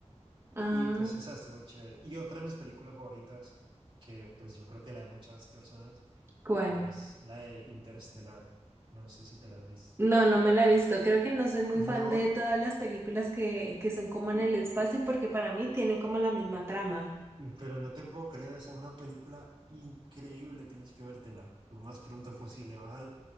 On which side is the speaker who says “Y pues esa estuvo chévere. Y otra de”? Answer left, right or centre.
Right